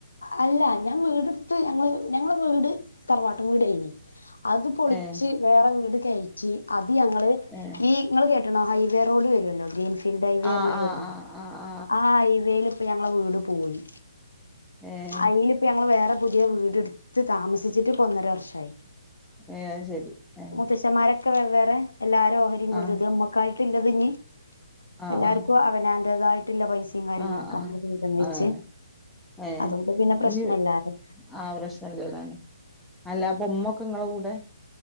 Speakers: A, on the left; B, in the centre.
A: അല്ല ഞാൻ വീടെടുത്ത് ഞങ്ങള് ഞങ്ങള് വീട് തറവാട്ട് വീടായിനി അത് പൊളിച്ച്
B: ഏഹ്
A: വേറെ വീട് കയറ്റി അത് ഞങ്ങള്
B: ഏഹ്
A: ഈ നിങ്ങള് കേട്ടണോ ഹൈവേ റോഡ് വരുവല്ലോ ഗ്രീൻഫീൽഡ് ഹൈവേ
B: ആഹ്
A: പറഞ്ഞാ
B: ആഹ്
A: കേക്കണു
B: ആഹ് ആഹ്
A: ആഹ് ഹൈവേല് ഇപ്പൊ ഞങ്ങളെ വീട് പോയി
B: ഏഹ്
A: അയിലിപ്പൊ ഞങ്ങള് വേറെ പുതിയ വീട് ഇടുത്ത് താമസിച്ചിട്ട് ഇപ്പൊ ഒന്നര വർഷായി
B: ഏഹ് അയ് ശരി എ
A: പുരുഷന്മാരൊക്കെ വെവ്വേറെ എല്ലാരെ ഓഹരിയും കൊടുത്തിത്
B: ആഹ്
A: നമ്മുക്കായിട്ട് ഇല്ലതിഞ്ഞി
B: ആഹ്
A: എല്ലാർക്കും
B: ആഹ്
A: അവനാന്റേതായിട്ടുള്ള പൈസയും കാര്യങ്ങളൊക്കെ
B: ആഹ് ആഹ്
A: നമ്മള് വീതം വെച്ച്
B: ആഹ് ഏഹ്
A: അതുകൊണ്ട് പിന്നെ പ്രശ്നല്ലാറിയ
B: ഇയ്യ് ആഹ് പ്രശ്നല്ലേതാനും അല്ലാപ്പൊ ഉമ്മൊക്കെ ങ്ങളെ കൂടെ